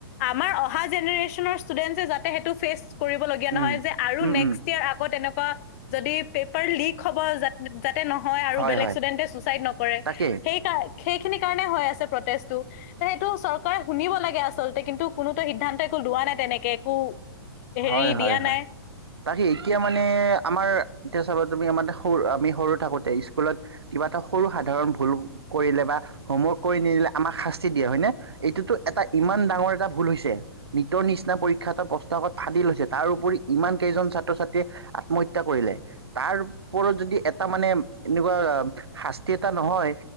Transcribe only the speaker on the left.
আমাৰ অহা জেনেৰছনে টুডেন্টে যাতে সেটো ফেছ কৰিবলীয়া
নহয় যে আৰু
নেক্সট
ইয়াৰ আকৌ এনেকুৱা যদি পেপাৰ লিক হ'ব যাতে নহয় আৰু
বেলেগ
ষ্টুডেণ্টে ছুচাইড নকৰে
সেইকাৰ। সেইখিনি কাৰণে হৈ আছে প্ৰটেষ্টটো। সেইটো চৰকাৰে শুনিব লাগে আচল্ততে কিন্তু কোনোতো সিদ্ধান্ত একো লোৱা নাই তেনেকে একো। হেৰি
দিয়া
নাই